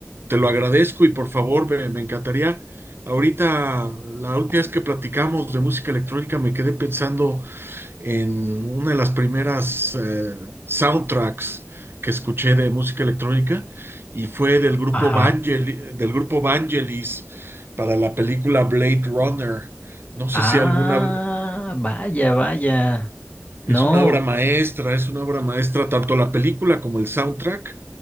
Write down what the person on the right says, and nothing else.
te lo agradezco y por favor me, me encantaría. Ahorita, la última vez que platicamos de música electrónica, me quedé pensando en una de las primeras eh, soundtracks que escuché de música electrónica y fue del grupo
Vangel- del grupo Vangelis para la película Blade Runner. No sé
si alguna,
Es
una obra maestra, es una obra maestra, tanto la película como el soundtrack,